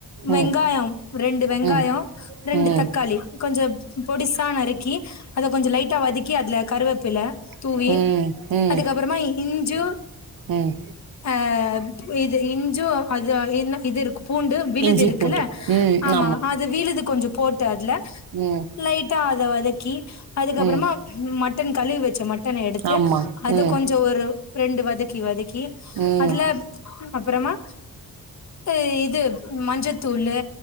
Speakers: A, on the right; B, on the left.
A: ம்
B: வெங்காயம் ரெண்டு வெங்காயொ
A: ம் ம்
B: ரெண்டு
A: ம்
B: தக்காளி கொஞ்சொ பொடிசா நறுக்கி அத கொஞ்சொ லைட்டா வதகி அதுல கருவேப்பில தூவி
A: ம் ம்
B: அதுகப்பறமா இஞ்சூ
A: ம்
B: ஆ இது இன் ஞ்சு அது <unintelligible> இது இருக்கு பூண்டு விழுது
A: இஞ்சி
B: இருக்குல்ல
A: பூண்டு ம்
B: ஆமா அது விழுது கொஞ்சொ போட்டு அதுல
A: ம்
B: லைட அத வதக்கி அதுக்கபறமா
A: ம்
B: மட்டன் கழுவி வச்ச மட்டன எடுத்து
A: ஆமா
B: அத
A: ம்
B: கொஞ்ஜொ ஒரு ரென்டு வது க்கி வதகி
A: ம்
B: அதுல அப்றமா ஏ இது மஞ்சதூளு